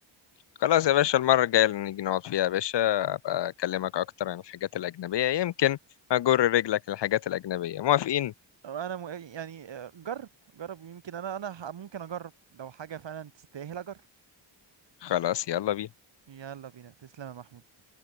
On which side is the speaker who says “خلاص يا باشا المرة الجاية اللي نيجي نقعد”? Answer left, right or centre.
Left